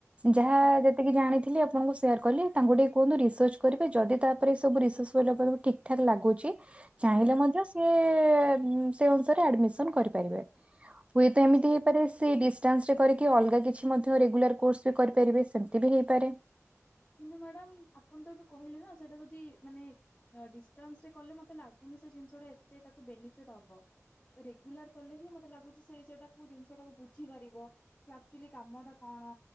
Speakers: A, on the right; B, on the left.
A: ଯାହା
B: ଆଜ୍ଞା
A: ଟିକେ ଜାଣିଥିଲି ଆପଣଙ୍କୁ ସେୟାର୍ କଲି ତାଙ୍କୁ ଟିକେ କୁହନ୍ତୁ ରିସର୍ଚ୍ଚ କରିବେ ଯଦି ତାପରେ ସବୁ ରିସର୍ଚ୍ଚ କଲେ ଆପଣ ଠିକ୍ ଠାକ୍ ଲାଗୁଚି ଚାହିଁଲେ
B: ଆଜ୍ଞା
A: ମଧ୍ୟ ସିଏ ସେ ଅନୁସାରେ ଆଡମିସନ୍ କରିପାରିବେ। ହୁଏ ତ
B: ଆଚ୍ଛା
A: ଏମିତି ହେଇପାରେ ସେ ଡିଷ୍ଟାନ୍ସ ରେ କରିକି ଅଲଗା କିଛି ମଧ୍ୟ ରେଗୁଲାର୍ କୋର୍ସ ବି କରିପାରିବେ ସେମିତି ବି ହେଇପାରେ।
B: କିନ୍ତୁ ମ୍ୟାଡାମ୍ ଆପଣ ତ ଏବେ କହିଲେ ନା ସେଇଟା ଯଦି ମାନେ ଡିଷ୍ଟାନ୍ସ ରେ କଲେ ମତେ ଲାଗୁନି ସେ ଜିନିଷ ଟା ଏତେ ତାକୁ ବେନିଫିଟ୍ ହବ। ରେଗୁଲାର କଲେ ହିଁ ମତେ ଲାଗୁଚି ସେ ସେଇଟା କଉ ଜିନିଷଟାକୁ ବୁଝିପାରିବ କି ଆକ୍ଚୁଆଲି କାମ ଟା କଣ